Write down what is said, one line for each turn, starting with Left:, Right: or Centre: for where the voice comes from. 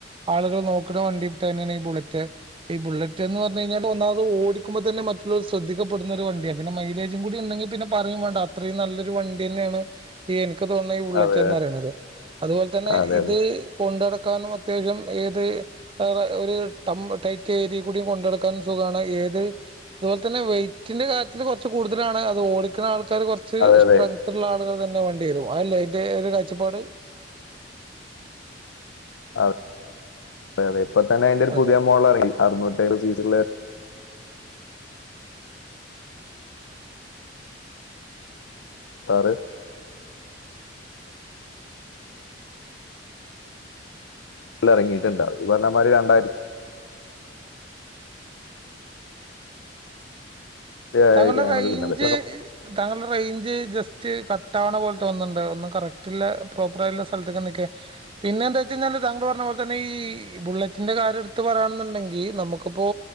Right: ആളുകൾ നോക്കണ വണ്ടി തന്നെയാണ് ഈ ബുള്ളറ്റ് ഈ ബുള്ളറ്റ് ബുള്ളറ്റ് എന്ന്പറഞ്ഞുകഴിഞ്ഞാ ഒന്നാമത് ഓടിക്കുമ്പം തന്നെ മറ്റുള്ളവർ ശ്രദ്ധിക്കപ്പെടുന്ന ഒരു വണ്ടിയാണ് പിന്ന മൈലേജും കൂടി ഉണ്ടെങ്കിൽ പിന്നെ പറയേം വേണ്ട അത്രയും നല്ലൊരു വണ്ടി ന്നെയാണ് ഇ ക്ക്‌ തോന്ന്ണെ ഈ ബുള്ളറ്റ്
Left: അതെ
Right: എന്ന് പറയണത് അതുപോലെ തന്നെ
Left: അതെ
Right: ഇത്
Left: അതെ
Right: കൊണ്ട് നട ക്കാനും അത്യാവശ്യം ഏത് ഒര് ട്ടം ടൈറ്റ് ഏരി കു‌ടി കൊണ്ട് നടക്കാനും സുഖാണ് ഏത് അതുപോലെ തന്നെ വെയ്റ്റിന്റെ കാര്യത്തില് കൊറച്ച് കൂടുതലാണ് അത് ഓടിക്കണ ആൾ ക്കാര് കൊറച്ച്
Left: അതെ
Right: സ്‌ട്രെങ്ത്ള്ള
Left: അതെ
Right: ആളുകൾ ന്നെ വേണ്ടിവരും അല്ലേ അയിന്റെ ഒര് കാഴ്‌ച്ചപ്പാട്
Left: അതെ അതെ അതെ ഇപ്പൊ തന്നെ അതിന്റെ ഒരു
Right: അതെ
Left: പുതിയ മോഡൽ ഇറങ്ങി അറുന്നൂറ്റേഴ്‌ സീസി ള്ളെ താറ് ഇറങ്ങിട്ട്ണ്ടാവും ഈ പറഞ്ഞമാതിരി രണ്ടായി രണ്ടായിരത്തി
Right: താങ്കളുടെ
Left: ആണ്
Right: റേയിഞ്ച്
Left: അത് പിന്നത്
Right: താങ്കളുടെ റേയിഞ്ച് ജസ് ക്ക്‌ കട്ട ആവ്ണ പോലെ തോന്നുന്നുണ്ട് ഒന്നും കറക്റ്റ്ല്ലെ പ്രോപ്പർ ആയുള്ള സ്ഥലത്ത്ക്ക്‌ നിക്ക് പിന്നെ എന്താച്ച് കഴിഞ്ഞ താങ്കൾ പറഞ്ഞ പോലെ തന്നെ ഈ ബുള്ളറ്റിന്റെ കാര്യം എടുത്ത് പറയാണ്ന്ന്ണ്ടെങ്കി നമുക്കിപ്പോ